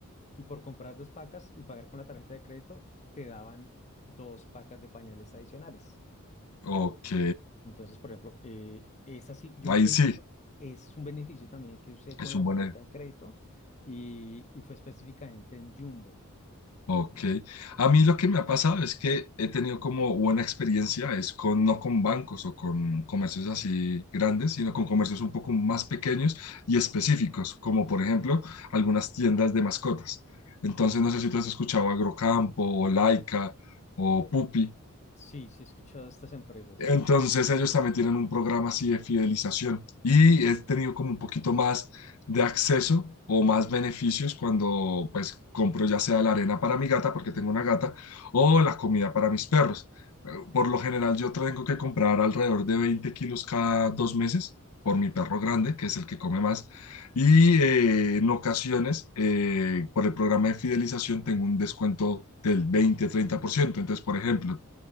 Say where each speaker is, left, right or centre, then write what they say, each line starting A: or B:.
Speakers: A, on the left (about 30°); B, on the left (about 80°).
A: Y por comprar dos pacas y pagar con la tarjeta de crédito, te daban dos pacas de pañales adicionales.
B: Ok,
A: Entonces, por ejemplo, eh, esa sí, yo
B: ahí
A: usé
B: sí,
A: mucho, ese es un beneficio también que usé con
B: es
A: la
B: un
A: tarjeta
B: buen... ej-
A: de crédito y, y fue específicamente en Jumbo.
B: Ok, a mí lo que me ha pasado es que he tenido como buena experiencia, es con, no con bancos o con comercios así grandes, sino con comercios un poco más pequeños y específicos, como por ejemplo algunas tiendas de mascotas. Entonces, no sé si tú has escuchado Agrocampo o Laica o Pupi,
A: Sí, sí he escuchado de estas empresas.
B: Entonces ellos también tienen un programa así de fidelización y he tenido como un poquito más de acceso o más beneficios cuando pues compro ya sea la arena para mi gata porque tengo una gata o la comida para mis perros. Eh, Por lo general yo tengo que comprar alrededor de 20 kilos cada dos meses por mi perro grande, que es el que come más. Y eh, en ocasiones, eh, por el programa de fidelización, tengo un descuento del veinte treinta por ciento. Entonces, por ejemplo,